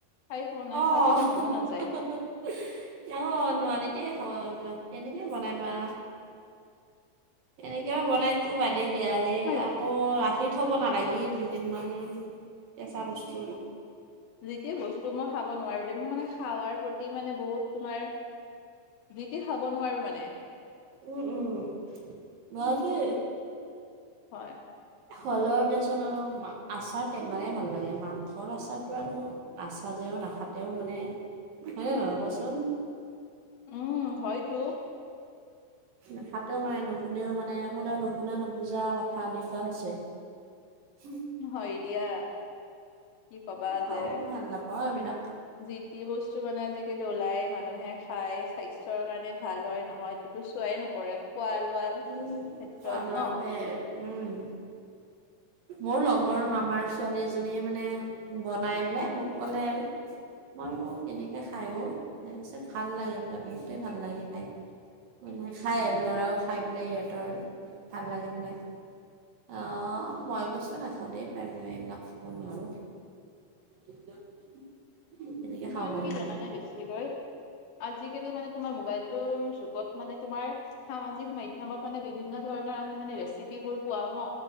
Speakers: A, on the left; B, on the right.
A: খাই পোৱা নাই
B: অ'
A: খাবলে
B: হঁ-হঁ-হঁ-হঁ।
A: মনো নাযায়
B: অ' নোৱাৰি দেই খোৱা এইবিলাক। কেনেকে বনাইবা? কেনেকেবা বনাইটো বাদে দিয়া, সেই
A: তোমাৰ
B: আ কৌ ৰাখি থ'ব নালাগিল দুদিনমান, কেচা বস্তু
A: যি-টি বস্তু মই খাব নোৱাৰোঁ দে। মই মানে খাৱাৰ প্ৰতি মানে বহুত তোমাৰ যি-টি খাব নোৱাৰোঁ মানে।
B: উম - উম। বাকি
A: হয়।
B: এ হ'লেও দেচোন আকো, আচাৰ টেঙাৰে ভাল লাগে, মাংসৰ আচাৰটো আকো নাচাজেও - নাখাটেও মানে, হয়নে নহয় কোৱা চোন?
A: উম, হয়তো।
B: নাখাটেও মানে, নুশুনেও মানে, কোনেও নুশুনা-নুবুজা কথা এনেকুৱা হৈছে। উ
A: হয় দিয়া। কি কবা
B: খাও
A: যে।
B: মই ভাল নাপাওঁ এইবিলাক
A: যি-টি বস্তু মানে আজিকালি ওলায়, মানুহে খায়। স্বাস্থ্যৰ কাৰণে ভাল হয়-নহয়, সেইটোতো চোৱাই ন পৰে খোৱা-লোৱা
B: উম।
A: ক্ষেত্ৰত,
B: খোৱা লোৱাতে
A: ন'?
B: উম। মোৰ লগৰ মামাৰ ছোৱালীজনীয়ে মানে বনায় বোলে। মোক কলে আৰু। মইনো কেনেকে খাই অ'। তাৰ পিছত ভাল লাগে বোলে, বহুতে ভাল লাগে খাই। মানে খায় আৰু, ল'ৰাও খাই বোলে সিহঁতৰ, মানে ভাল লাগে বোলে। অ', মই কৈছো নাখাওঁ দেই পাই মই এইবিলাক খাব নোৱাৰো। <unintelligible>
A: তোমাৰ
B: পাৰি।
A: কি জানানে বেছিকৈ? আজিকালি মানে তোমাৰ মোবাইলটোৰ যুগত মানে তোমাৰ সামাজিক মাধ ধ্যমত মানে বিভিন্ন ধৰণৰ আমি মানে ৰেচিপিবোৰ পোৱাও ন,